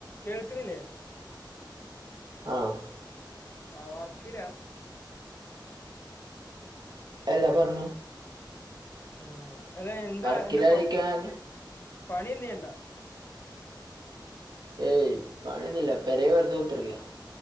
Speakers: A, on the left; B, on the right.
A: കേൾക്കണില്ലേ?
B: ആഹ്
A: ആഹ് വർക്കിലാ?
B: അല്ല പറഞ്ഞോ
A: ഉം അല്ല എന്താ
B: വർക്കിലായിരിക്കാൻ
A: എന്താ പ പണി എന്തെലും ചെയ്യണ്ടാ?
B: ഏയ് പണിയൊന്നൂല്ല പെരേ വെറുതെ കുത്തിരിക്ക.